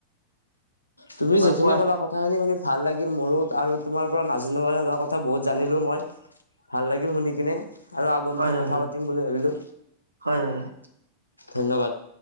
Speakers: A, on the left; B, on the right.
A: তুমি
B: হয়
A: যিখিনি
B: কোৱা
A: ক'লা কথা। কথা খিনি শুনি ভাল লাগিল মোৰো আৰু তোমাৰ পৰা নাজানিব কথা বহুত জানিলো মই। ভাল লাগিল শুনি কিনে। আৰু আগন্তুক
B: হয় হয়
A: কথা
B: হয়
A: পাতিম বুলি ভাবিলো
B: হয় হয় হয়
A: ধন্যবাদ।